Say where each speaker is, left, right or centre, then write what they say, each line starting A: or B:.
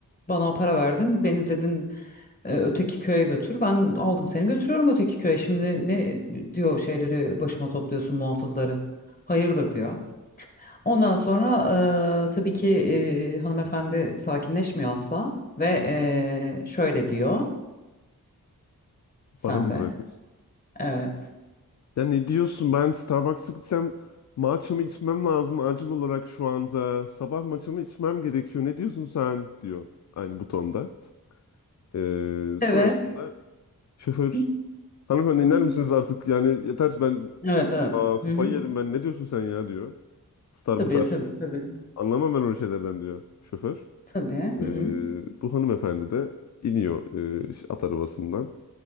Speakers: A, on the left; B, on the left.
A: bana para verdin. Beni dedin e, öteki köye götür. Ben aldım seni götürüyorum öteki köye. Şimdi ne diyor şeyleri başıma topluyorsun muhafızları. Hayırdır diyor. Ondan sonra eee, tabii ki eee, hanımefendi sakinleşmiyor asla ve eee, şöyle diyor sen
B: bana mı
A: de.
B: bırakıyorsun?
A: Evet.
B: Ya ne diyorsun ben Starbucks'a gitsem matchamı içmem lazım acil olarak şu anda sabah matchamı içmem gerekiyor ne diyorsun sen diyor aynı bu tonda. Ee,
A: Evet.
B: sonrasında şoför
A: Hı
B: hanımefendi iner
A: hı.
B: misiniz artık yani yeter ben
A: Evet evet.
B: aa, kafayı
A: Hı hı.
B: yedim ben ne diyorsun sen ya diyor. Star
A: Tabii
B: mı tar
A: tabii tabii.
B: anlamam ben öyle şeylerden diyor şoför.
A: Tabii. Hı
B: Ee,
A: hı.
B: bu hanımefendi de iniyor e, at arabasından